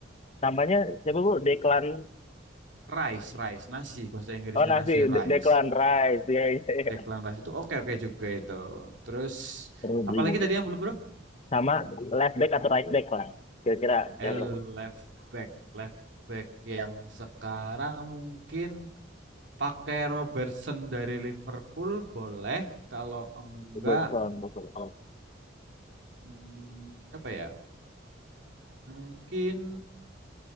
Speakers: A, on the left (about 35°); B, on the right (about 70°).
A: Namanya siapa bu? Declan.
B: Rice, Rice, nasi bahasa Inggrisnya
A: Oh, nasi.
B: nasi
A: De-
B: Rice.
A: Declan Rice. Iya, iya, iya.
B: Declan Rice itu oke oke juga itu. Terus
A: Rodri.
B: apalagi tadi yang belum bro?
A: sama left back atau right back lah kira-kira siapa
B: L left back left back yang sekarang mungkin pakai Robertson dari Liverpool boleh. Kalau enggak
A: Berson, Berson.
B: hmm, siapa ya? Mungkin